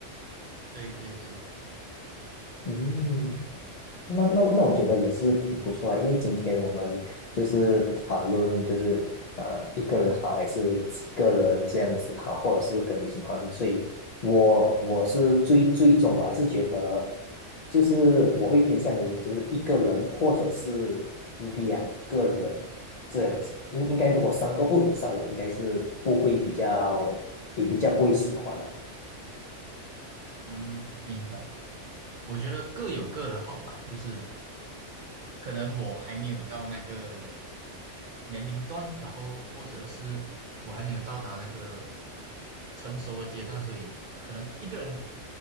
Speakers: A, on the right; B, on the left.
A: 对对对，
B: 嗯。那那那我觉得也是挺不错啊，因为今天我们就是讨论，就是呃一个人好还是几个人这样子好，或者是跟旅行团，所以我我是最最终我还是觉得，就是我会偏向于就是一个人或者是两个人这样子，应应该如果三个或以上，我应该是不会比较比比较不会喜欢了。
A: 嗯，明白。我觉得各有各的好吧，就是可能我还没有到那个年龄段，然后或者是我还没有到达那个成熟的阶段，所以可能一个人